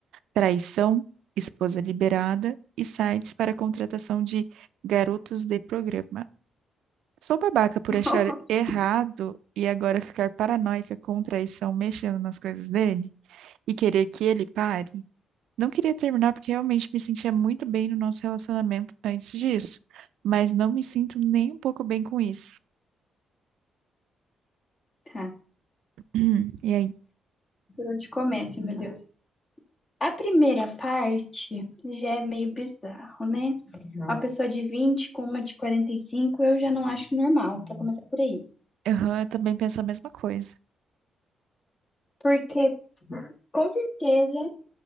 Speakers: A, on the right; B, on the left.
A: Traição, Esposa Liberada e sites para contratação de garotos de programa. Sou babaca por
B: <laughs>
A: achar errado e agora ficar paranoica com traição mexendo nas coisas dele e querer que ele pare. Não queria terminar porque realmente me sentia muito bem no nosso relacionamento antes disso, mas não me sinto nem um pouco bem com isso.
B: Tá,
A: <clears throat> E aí?
B: por onde começa, meu Deus? A primeira parte já é meio bizarro, né? Uma pessoa de 20 com uma de 45 eu já não acho normal, pra começar por aí.
A: Aham, eu também penso a mesma coisa.
B: Porque com certeza